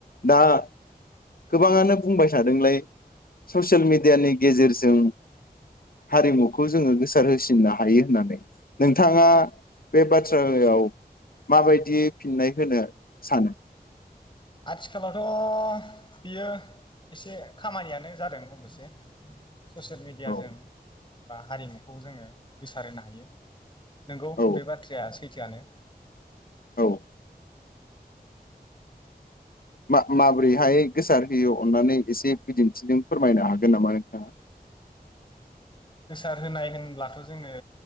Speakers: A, on the left; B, on the left.
A: दा गोबाङानो बुंबाय थादोंलाय ससियेल मेडियानि गेजेरजों हारिमुखौ जोङो गोसार होसिननो हायो होननानै नोंथाङा बे बाथ्रायाव माबायदियै फिननाय होनो सानो
B: आथिखालावथ बियो एसे खामानियानो जादों अबसे ससेल मेडियाजों
A: औ
B: बा हारिमुखौ जोङो गोसार होनो हायो नंगौ
A: औ
B: बे बाथ्राया सै थोआनो
A: औ मा माबोरैहाय गोसार होयो अननानै एसे बिदिन्थिजों फोरमायनो हागोन नामा नोंथाङा
B: गोसार होनाय होनब्लाथ जोङो